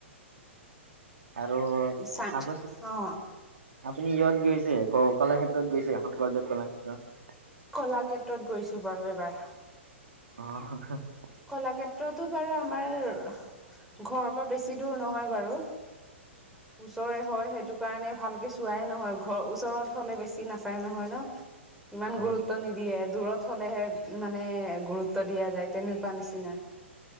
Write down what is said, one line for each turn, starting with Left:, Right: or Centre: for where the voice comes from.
Right: আৰু
Centre: চা
Right: আপনি
Centre: অ
Right: আপুনি ইয়াত গৈ <unintelligible> কলাক্ষেত্ৰত গৈছে শংকৰদেৱ কলাক্ষেত্ৰত।
Centre: কলাক্ষেত্ৰত গৈছো বাৰু এবাৰ।
Right: অ', <unintelligible>
Centre: কলাক্ষেত্ৰতো বাৰু আমাৰ ঘৰৰ পৰা বেছি দূৰ নহয় বাৰু, ওচৰে হয়, সেইটো কাৰণে ভালকে চোৱাই নহয় ঘৰ ওচৰত হ'লে বেছি নাচাই নহয় ন ইমান
Right: হয়
Centre: গুৰুত্ব নিদিয়ে। দূৰত হ'লে হে মানে গুৰুত্ব দিয়া যায়। তেনেকুৱা নিচিনা